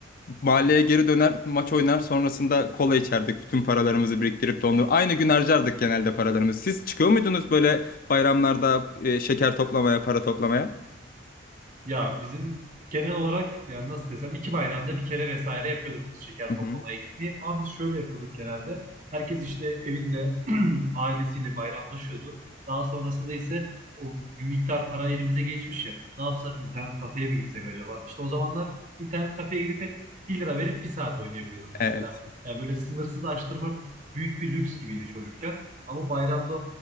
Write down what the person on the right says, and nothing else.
Ya bizim genel olarak yani nasıl desem iki bayramda bir kere vesaire yapıyorduk biz şeker
toplamaya
gitmeyi. Ama biz şöyle yapıyorduk genelde. Herkes işte evinde <clears throat> ailesiyle bayramlaşıyordu. Daha sonrasında ise o bir miktar para elimize geçmiş ya. Ne yapsak internet kafeye mi gitsek acaba? İşte o zamanlar internet kafeye gidip hep 1 lira verip bir saat oynayabiliyordum mesela.
Yani böyle sınırsız açtırmak büyük bir lüks gibiydi çocukken. Ama bayramda